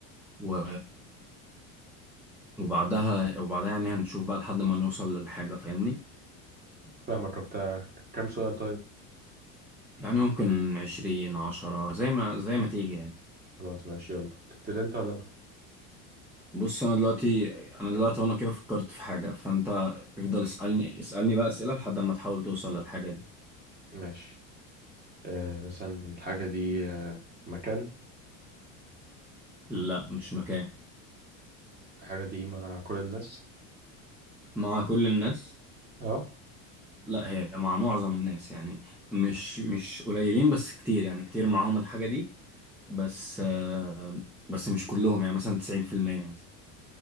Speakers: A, in the centre; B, on the right.
A: و... وبعدها وبعدها يعني هنشوف بقى لحد ما نوصل للحاجة فاهمني
B: فاهمك بتاع كام سؤال طيب
A: يعني ممكن عشرين عشرة زي ما زي ما تيجي يعني
B: خلاص ماشي يلا تبتدي انت ولا انا
A: بص انا دلوقتي انا دلوقتي وانا كده فكرت في حاجه فانت افضل اسالني اسالني بقى اسئله لحد ما تحاول توصل للحاجه دي
B: ماشي آه مثلا الحاجة دي آه مكان
A: لا مش مكان
B: الحاجة دي مع كل الناس
A: مع كل الناس
B: اه
A: لا هي مع معظم الناس يعني مش مش قليلين بس كتير يعني كتير معاهم الحاجه دي بس آه، بس مش كلهم يعني مثلا 90% مثلا